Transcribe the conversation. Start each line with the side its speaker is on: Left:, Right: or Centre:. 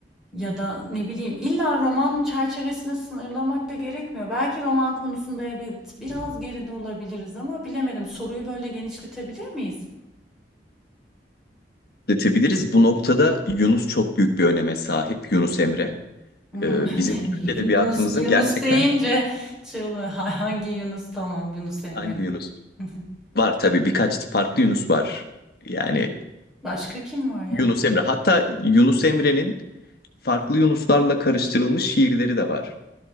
Centre: ya da ne bileyim illa roman çerçevesine sınırlamak da gerekmiyor. Belki roman konusunda evet biraz geride olabiliriz ama bilemedim. Soruyu böyle genişletebilir miyiz?
Left: Detebiliriz. Bu noktada Yunus çok büyük bir öneme sahip. Yunus Emre.
Centre: Hımm.
Left: Ee,
Centre: <laughs> Ben
Left: Bizim Türk edebiyatımızın
Centre: Yunus Yunus
Left: gerçekten
Centre: deyince şey oluyor. Ha hangi Yunus? Tamam, Yunus Emre.
Left: Hangi Yunus?
Centre: <laughs> Hı hı.
Left: Var tabii birkaç farklı Yunus var. Yani
Centre: Başka kim var ya?
Left: Yunus Emre. Hatta Yunus Emre'nin farklı Yunuslarla karıştırılmış şiirleri de var.